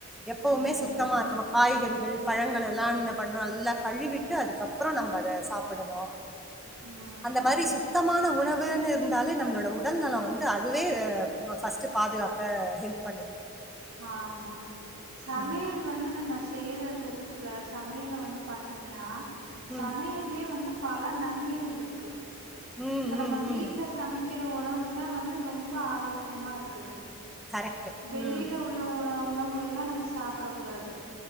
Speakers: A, in the centre; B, on the right (about 80°).
A: எப்பவுமே
B: ம்.
A: சுத்தமா இருக்கணும் காய்கறிகள் பழங்கள் எல்லா என்ன பண்ணும் நல்லா கழுவிட்டு த்அதுக்கப்புறம் நம்ம அத சாப்பிடணும்
B: ம்.
A: அந்த மாதிரி சுத்தமான உணவுன்னு இருந்தாலே நம்மளோட உடல் நலம் வந்து அதுவே ஃபர்ஸ்ட் பாதுகாக்க ஹெல்ப் பண்ணுது
B: ஆம்மா சமையல்
A: ம்
B: வந்து நம்ம செய்கிறது இருக்குல சமையல வந்து பார்த்திங்கனா சமையலயே
A: ம்
B: வந்து பல நன்மைகள் இருக்கு.
A: ம்
B: இப்ப நம்ம
A: ம்
B: வீட்ல
A: ம்
B: சமைக்கிற உ ணவுதா வந்து ரொம்ப ஆரோக்கியமா இருக்குது.
A: கரெக்ட்
B: வெளில
A: ம்
B: உள்ள உணவு உணவுகள்லா நம்ம சாப்படக்கூடாது.